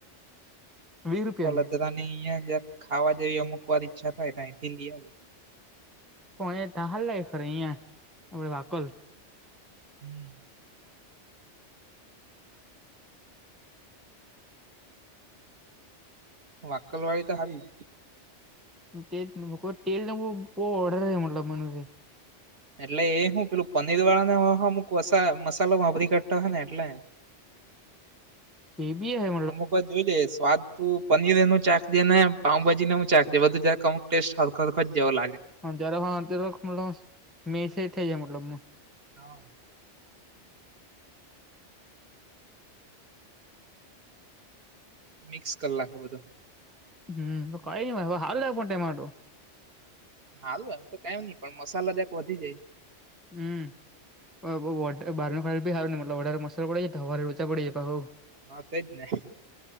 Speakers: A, in the centre; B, on the right (about 55°).
A: વીસ રૂપિયાની
B: હ લધાની અહં જ ખાવા જેવી અમુક વાર ઈચ્છા થાય ત્યાંથી લઈ આવ્યા.
A: પણ એ <unintelligible> લાગ ખરે અહિયાં આપડે વાકલ
B: <unintelligible> વકલવાડી તો હારી.
A: <unintelligible>
B: એટલે એ હું પેલું પનીર વાળા ને અમુક વ મસાલો વાપરી કાઢતા હોય ને એટલે.
A: એવી હોય
B: અમુક વાર જોઈ લઈએ સ્વાદ તું પનીર એનું ચાક દે ને પાઉભાજીને હું ચાક દે બધું જાક અમક ટેસ્ટ હરખર જ જેવો લાગે.
A: હા જરાક હા <unintelligible> મતલબ મે સે થઈ જાય મતલબ માં.
B: હા. મિક્સ કર લાખે બધા.
A: હમ્મ તો કઈ ને હાલ <unintelligible>
B: હારું એમ તો કઈ નહી પણ મસાલે જરાક વધી જાય.
A: હમ્મ. વા બો વરડે બારના મસાલા બી હારુ ની મતલબ વધારે મસાલો પડી જાય તો હવારે લોચા પડી જાય પહૂ
B: હા તે જ ને.